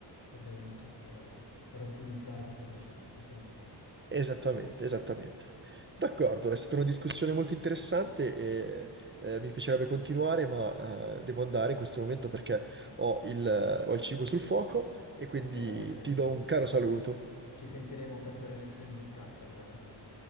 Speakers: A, on the left; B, on the right.
A: per, guadagn- cioè, per per ottimizzare questo processo, sì.
B: Esattamente, esattamente. D'accordo, è stata una discussione molto interessante e eh, mi piacerebbe continuare, ma eh, devo andare in questo momento perché ho il ho il cibo sul fuoco e quindi
A: Ok, ok.
B: ti do un caro saluto.
A: Ci sentiremo per quelle lezioni di scacchi allora.